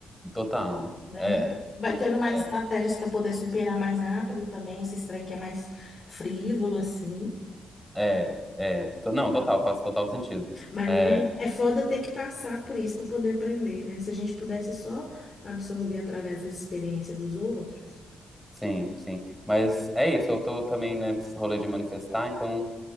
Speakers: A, in the centre; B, on the left.
A: total.
B: né?
A: É.
B: Vai
A: Hum.
B: tendo mais
A: É,
B: estratégias para poder superar mais rápido também esse trem que é mais frívolo, assim.
A: é, é. To- Não, total, faz total sentido.
B: Mas,
A: É,
B: né? É foda ter que passar por isso para poder aprender, né? Se a gente pudesse só absorver através das experiências dos outros.
A: sim, sim. Mas é isso, eu tô também nesse rolê de manifestar, então